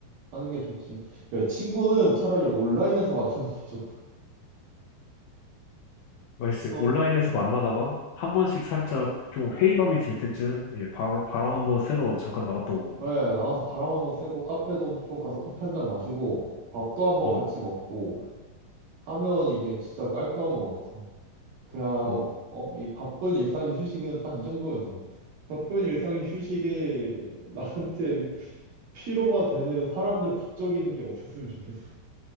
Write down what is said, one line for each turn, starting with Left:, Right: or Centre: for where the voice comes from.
Right: 하는 게 좋지. 야, 친구는 차라리 온라인에서 <laughs> 만나는 게 좋다.
Left: 글쎄
Right: 어?
Left: 온라인에서 만나다가 한 번씩 살짝 좀 회의감이 들 때쯤 이제 바, 바람 한번 쐬러 잠깐 나갔다 오고
Right: 네, 나가서 바람 한번 쐬고 카페도 좀 가서 커피 한 잔 마시고 밥도 한번
Left: 어,
Right: 같이 먹고 하면 이게 진짜 깔끔한 것 같아. 그냥
Left: 어,
Right: 어, 이 바쁜 일상의 휴식은 딱 이 정도면 돼. 바쁜 일상의 휴식에 <laughs> 나한테 피로가 되는 사람들 북적이는 게 없었으면 좋겠어.